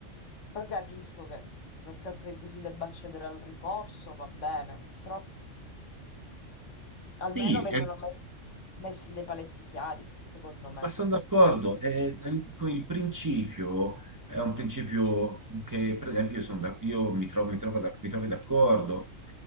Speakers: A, on the left; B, on the right.
A: Poi capisco che nel caso in cui si debba accedere al ricorso va bene, però
B: sì,
A: almeno vengono
B: è,
A: me- messi dei paletti chiari, secondo me.
B: Ma sono d'accordo, è- è- con il principio è un principio che, per esempio, io, sono d'ac- io mi trovo, mi trovo d'ac- mi trovo d'accordo,